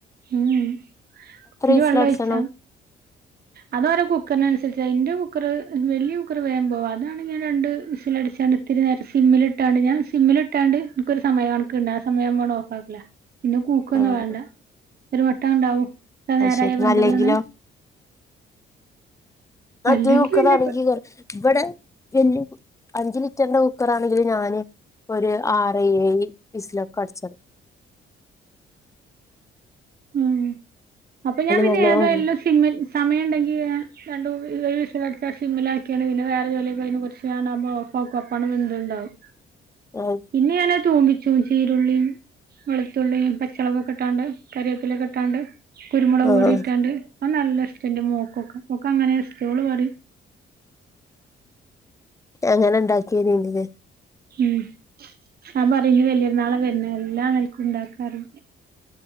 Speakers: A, on the right; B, on the left.
A: ഉം ഒത്തിരി
B: വിസിലടിച്ചണം
A: വെള്ളം ഒഴിച്ചാ അത് ഓരോ കുക്കറിന്നുസരിച്ച യെന്റെ കുക്കർ വലിയ കുക്കർ വേഗം പോകും അതാണ് ഞാൻ രണ്ട് വിസില് അടിച്ചാണ്ട് ഇത്തിരി നേരം സിമ്മില് ഇട്ടാണ്ട് ഞാൻ സിമ്മില് ഇട്ടാണ്ട് ന്ക്കൊരു സമയ കണക്കണ്ട് ആ സമയംആവുമ്പണ് ഓഫ് ആക്കല് പിന്നെ കൂക്കൊന്നും
B: ഏഹ്
A: വേണ്ട ഒരു വട്ടം ഉണ്ടാവും ഇത്ര
B: അത്
A: നേരായ
B: ശരി
A: വെന്താണന്നു
B: അല്ലെങ്കിലോ മറ്റേ
A: അല്ലെങ്കി
B: കുക്കർ
A: പിന്നെ
B: ആണെങ്കി
A: പെ
B: ഇവിടെ വല്യ അഞ്ചു ലിറ്ററിന്റെ കുക്കറാണെങ്കില് ഞാന് ഒരു ആറ് ഏഴു വിസിലൊക്കെ അടിച്ചത്
A: മം അപ്പൊ ഞാൻ പിന്നെ
B: നല്ലോം
A: ഏതോ
B: വേ
A: എല്ലാം സിമ്മിൽ സമയംണ്ടെങ്കി രണ്ടുമൂന്നു ഒരുവിസിൽ അടിച്ച- സിമ്മിലാക്കിയാണ് പിന്നെ വേറെ ജോലി കയിഞ്ഞ് കെറച്ച് കയിഞ്ഞാണ്ട് ഓഫ്‌ ആക്കും അപ്പൊ വെന്തു ഉണ്ടാവും
B: ആഹ്
A: പിന്നെ ഞാന് തൂമ്പിച്ചും ചീരുള്ളിയും വെളുത്തുള്ളിയും പച്ചളവ്‌ക്ക് ഇട്ടാണ്ട് കറിവേപ്പിലക്കെ ഇട്ടാണ്ട് കുരുമുളക്
B: ആഹ്
A: പൊടി ഇട്ടാണ്ട് ആ നല്ല ഇഷ്ടന്റെ മോക്കൊക്കെ മോക്ക അങ്ങനെ ഇഷ്ടോ ഓള് പറയും
B: അങ്ങനെ ഉണ്ടാക്കി വരണ്ടത്
A: ഉം ഞാൻ പറയും ഇനി വലിയപെരുന്നാൾ വരുന്ന എല്ലാം നാൾക്കും ഉണ്ടാക്കാന്ന്